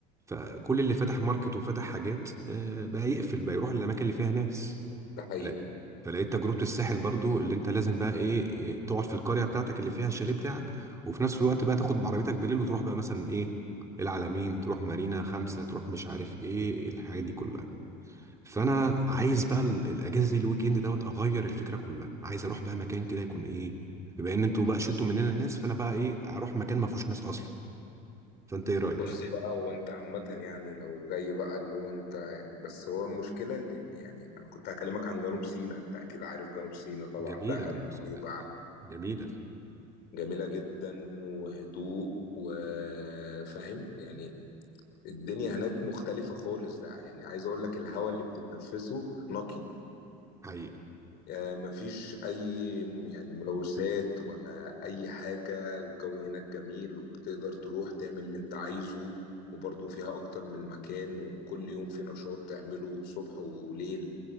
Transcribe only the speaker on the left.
ده حقيقي
بص بقى هو انت عامة يعني لو جاي بقى اللي هو انت بس هو المشكلة ان يعني انا كنت هكلمك عن جنوب سيناء انت اكيد عارف جنوب سيناء طبعا
دهب
نويبع
جميلة جدا وهدوء وفاهم يعني الدنيا هناك مختلفة خالص ده يعني عايز اقول لك الهواء اللي بتتنفسه نقي
آه، مفيش اي م- يعني ملوثات ولا اي حاجة والجو هناك جميل وبتقدر تروح تعمل اللي انت عايزه وبرضه فيها اكتر من مكان وكل يوم في نشاط تعمله صبح وليل